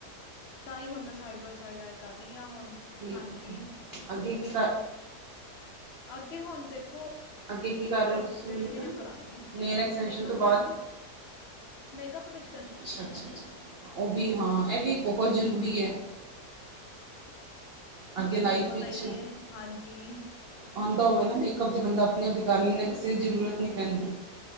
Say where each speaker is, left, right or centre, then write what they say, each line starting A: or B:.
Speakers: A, on the left; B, on the right.
A: ਤਾਂਈ ਹੁਨ ਮੈਂ ਸਾਈਡ ਬਾਏ ਸਾਈਡ ਐ ਕਰ ਰੀਆ ਹੁਨ,
B: ਠੀਕ
A: ਹਾਂਜੀ।
B: ਹੈ ਅੱਗੇ ਕੀ ਕ?
A: ਅੱਗੇ ਹੁਨ ਦੇਖੋ।
B: ਅੱਗੇ ਕੀ ਕਰ ਰਹੇ
A: ਅਗੇ
B: ਹੋ ਤੁਸੀਂ ਹੁਣ
A: ਰਿਨਿਊ ਕਰਾਂਗੀ
B: ਨੇਲ ਐਕਸਟੈਂਸ਼ਨ
A: ਮੇਕਅਪ
B: ਤੋਂ ਬਾਅਦ
A: ਵੀ ਮੇਕਅੱਪ ਵਿੱਚ ਕਨੰ
B: ਅੱਛਾ-ਅੱਛਾ, ਅੱਛਾ ਉਹ ਵੀ ਹਾਂ, ਇਹ ਵੀ ਬਹੁਤ ਜ਼ਰੂਰੀ ਹੈ। ਅੱਗੇ ਲਾਈਫ
A: ਤੁਹਾਨੂੰ ਪਤਾ
B: ਵਿੱਚ
A: ਈ ਏ, ਹਾਂਜੀ।
B: ਆਉਂਦਾ ਹੋਵੇ ਨਾ ਮੇਕਅਪ ਤੇ ਬੰਦਾ ਆਪਣੇ ਆਪ ਵੀ ਕਰ ਲੈਂਦਾ, ਕਿਸੇ ਦੀ ਜ਼ਰੂਰਤ ਨਹੀਂ ਪੈਂਦੀ।